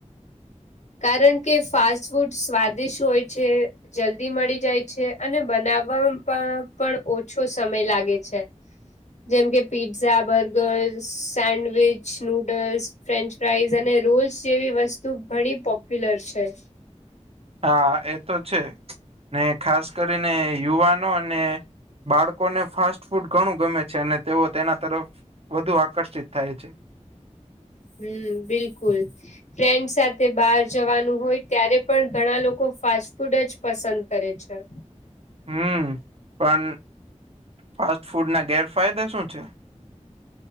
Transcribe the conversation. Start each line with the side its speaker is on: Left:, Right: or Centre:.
Left: કારણ કે ફાસ્ટ ફૂડ સ્વાદિષ હોય છે. જલ્દી મળી જાય છે અને બનાવવા પં પણ ઓછો સમય લાગે છે. જેમ કે, pizza, burgers, sandwich, noodles..... French fries અને રોલ્સ જેવી વસ્તુ ઘણી પોપ્યુલર છે.
Right: હા, એ તો છે ને ખાસ કરીને યુવાન નો ને બાળકો ને ફાસ્ ફૂડ ઘણું ગમે છે અને તેઓ તેના તરફ વધુ આકર્ષિત થાય છે.
Left: હમ્મ, બિલકુલ. ફ્રેન્ડ સાથે બહાર જવાનું હોય ત્યારે પણ, ઘણા લોકો ફાસ્ટ ફૂડ જ પસંદ કરે છે.
Right: હમ્મ, પન ફાસ્ટ ફૂડ ના ગેરફાયદા શું છે?